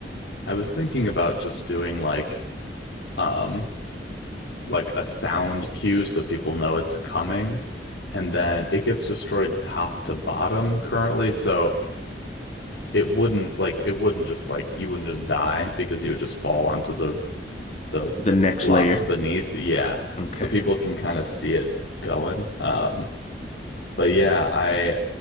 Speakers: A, on the left; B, on the left.
A: I was thinking about just doing like um like a sound cue so people know it's coming. And then it gets destroyed top to bottom currently. So it wouldn't like it wouldn't just like you wouldn't just die because you would just fall onto the the
B: The next
A: blocks
B: layer.
A: beneath. Yeah.
B: Okay.
A: So people can kind of see it going. Um, but yeah, I